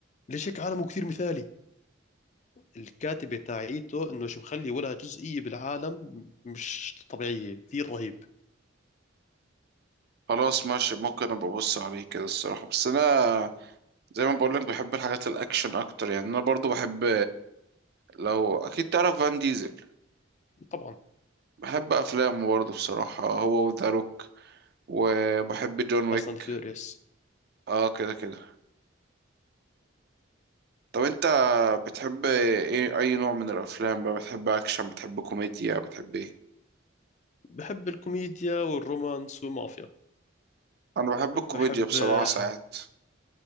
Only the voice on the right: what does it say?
خلاص ماشي ممكن ابقى ابص عليه كده الصراحه بس انا زي ما بقول لك بحب الحاجات الاكشن اكتر يعني انا برضو بحب لو اكيد تعرف فان ديزل
بحب افلامه برضو بصراحه هو وذا روك وبحب جون ويك
اه كده كده طب انت بتحب ايه اي نوع من الافلام بقى بتحب اكشن بتحب كوميديا بتحب ايه
انا بحب
الكوميديا بصراحة
ساعات